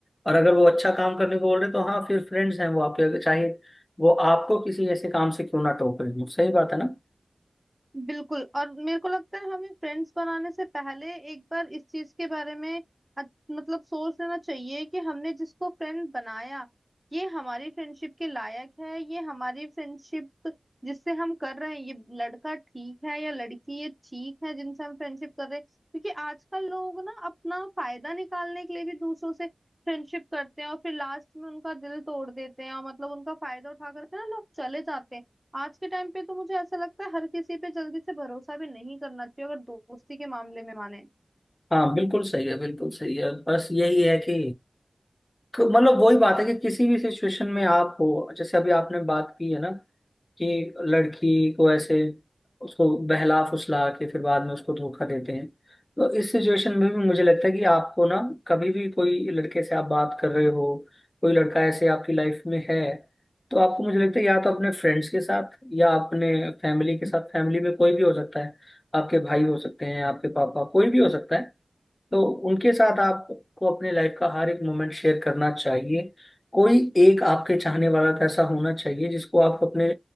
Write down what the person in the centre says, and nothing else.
बिल्कुल और मेरे को लगता है हमें फ्रेंड्स बनाने से पहले एक बार इस चीज के बारे में अच- मतलब सोच लेना चाहिए कि हमने जिसको फ्रेंड बनाया ये हमारी फ्रेंडशिप के लायक है ये हमारी फ्रेंडशिप जिससे हम कर रहे हैं ये लड़का ठीक है या लड़की ये ठीक है जिनसे हम फ्रेंडशिप कर रहे हैं क्योंकि आजकल लोग ना अपना फायदा निकालने के लिए भी दूसरों से फ्रेंडशिप करते हैं और फिर लास्ट में उनका दिल तोड़ देते हैं और मतलब उनका फायदा उठा करके ना लोग चले जाते हैं आज के टाइम पे तो मुझे ऐसा लगता है हर किसी पे जल्दी से भरोसा भी नहीं करना चाहिए अगर दोस्ती के मामले में माने